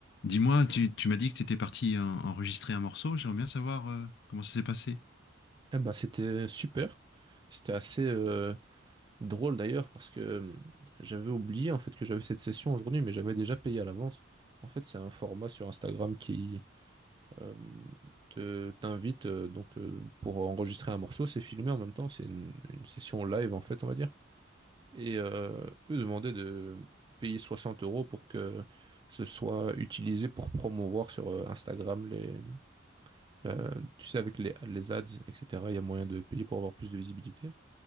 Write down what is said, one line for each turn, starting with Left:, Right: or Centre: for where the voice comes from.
Left: Dis-moi, tu, tu m'as dit que tu étais parti en- enregistrer un morceau, j'aimerais bien savoir euh, comment ça s'est passé.
Right: Eh ben, c'était euh, super. C'était assez euh, drôle d'ailleurs parce que euh, j'avais oublié en fait que j'avais cette session aujourd'hui, mais j'avais déjà payé à l'avance. En fait, c'est un format sur Instagram qui euh, te t'invite euh, donc euh, pour enregistrer un morceau, c'est filmé en même temps, c'est une, une session live en fait, on va dire. Et euh, eux demandaient de payer 60 euros pour que ce soit utilisé pour promouvoir sur euh, Instagram les, la- tu sais, avec les, les ads, etc. Il y a moyen de payer pour avoir plus de visibilité.